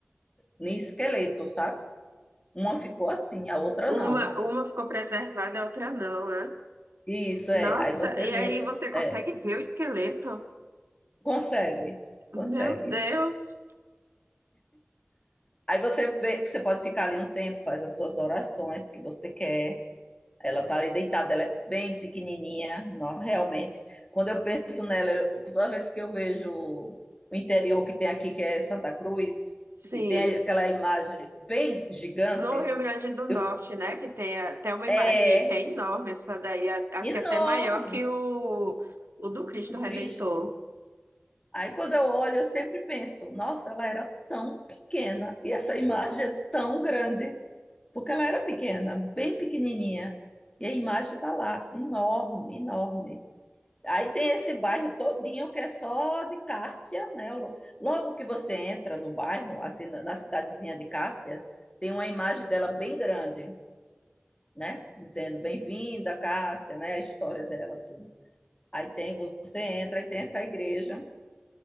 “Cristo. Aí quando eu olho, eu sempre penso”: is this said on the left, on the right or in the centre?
Left